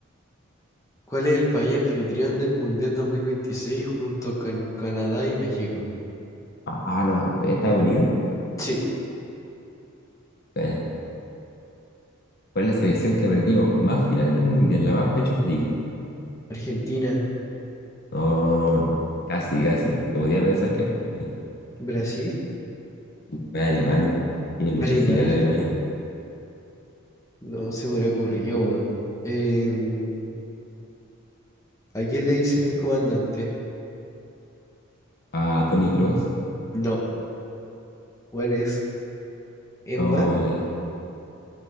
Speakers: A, on the left (about 15°); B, on the left (about 50°).
A: ¿cuál es el país anfitrión del Mundial 2026 junto con Canadá y México?
B: Ah, no, eh, Estados Unidos.
A: Sí.
B: eh, fue la selección que ha perdido más finales del mundial, la más pecho frío.
A: Argentina,
B: No, casi, casi. Se podía pensar que Argentina.
A: Brasil,
B: Fue Alemania. Tiene muchas
A: Alemania.
B: finales Alemania.
A: No se me hubiera ocurrido, weón. Em, ¿a quién le dicen el comandante?
B: Ah, Toni Kroos.
A: No, bueno, es, es
B: O,
A: más,
B: a ver,